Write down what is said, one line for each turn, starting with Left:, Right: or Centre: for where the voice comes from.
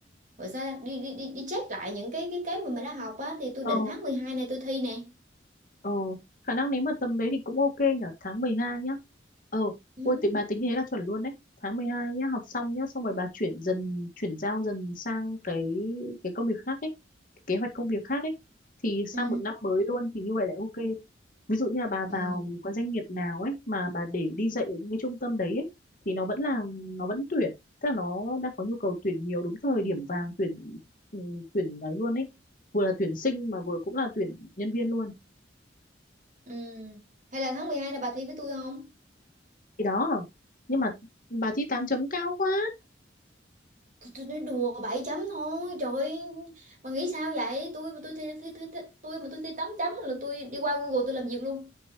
Right: gọi sao ta? đi đi đi, đi check lại những cái cái cái mà mình đã học á thì tôi
Left: ờ
Right: định tháng 12 này tôi thi nè
Left: ờ khả năng nếu mà tầm đấy thì cũng ok nhở tháng 12 nhá ờ
Right: ừ.
Left: ôi thì bà tính thế là chuẩn luôn đấy tháng 12 nhá học xong nhá xong rồi bà chuyển dần chuyển giao dần sang cái cái công việc khác ấy kế hoạch công việc khác ấy thì sang
Right: Ừ.
Left: một năm mới luôn thì như vậy là ok ví dụ như là bà
Right: Ừ.
Left: vào cái doanh nghiệp nào ấy mà bà để đi dạy ở những cái trung tâm đấy ấy, thì nó vẫn là nó vẫn tuyển tức là nó đang có nhu cầu tuyển nhiều đúng thời điểm vàng tuyển ừ, tuyển đấy luôn ấy vừa là tuyển sinh mà vừa cũng là tuyển nhân viên luôn
Right: Ừ. Hay là tháng 12 là bà thi với tôi không?
Left: thì đó nhưng mà bà thi 8 chấm cao quá
Right: tôi, tôi nói đùa 7 chấm thôi trời ơi bà nghĩ sao vậy tôi mà tôi thi, thi, thi, thi, tôi mà tôi thi 8 chấm là tôi đi qua Google tôi làm việc luôn